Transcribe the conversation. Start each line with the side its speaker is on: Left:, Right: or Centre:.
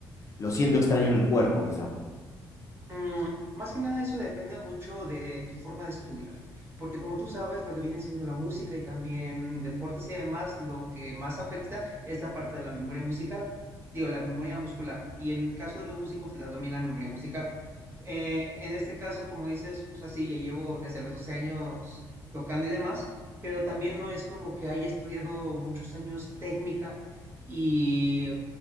Left: lo siento extraño en el cuerpo, quizá.
Right: Mm, más que nada eso depende mucho de tu forma de estudiar, porque como tú sabes, lo que viene siendo la música y también deportes y demás, lo que más afecta es la parte de la memoria musical, digo, la memoria muscular, y en el caso de los músicos, la- también la memoria musical. Eh, en este caso, como dices, o sea, sí, ya llevo desde los 12 años tocando y demás, pero también no es como que haya estudiado muchos años técnica. y